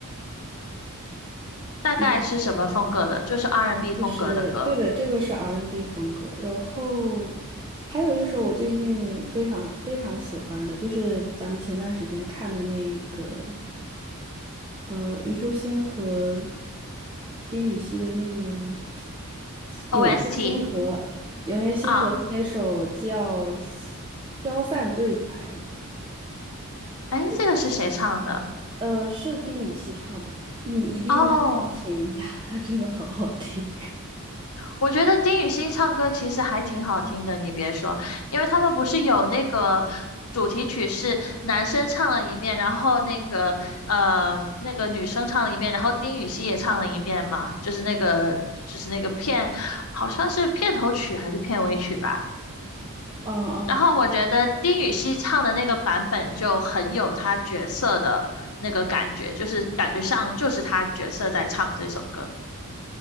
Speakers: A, on the left; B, on the right.
A: 大概是什么风格的？
B: 嗯
A: 就是 R&B 风格的歌
B: 就是对的，这个是 R&B n 风格。然后还有一首我最近非常非常喜欢的，就是咱们前段时间看的那个，呃，虞书欣和丁禹兮的那个《永夜星河》，
A: ，OST
B: 《永夜星河》的那首叫
A: 啊。
B: 《消散对白》，
A: 诶，
B: 对，
A: 这个是谁唱的？
B: 呃，是丁禹兮唱的，你一定要听一下，
A: 哦
B: 他真的好好听。
A: 我觉得丁禹兮唱歌其实还挺好听的，你别说，因为他们不是有那个主题曲是男生唱了一遍，然后那个呃那个女生唱了一遍，然后丁禹兮也唱了一遍嘛，就是那个就是那个片，好像是片头曲还是片尾曲吧。
B: 嗯嗯，
A: 然后我觉得丁禹兮唱的那个版本就很有他角色的那个感觉，就是感觉上就是他角色在唱这首歌。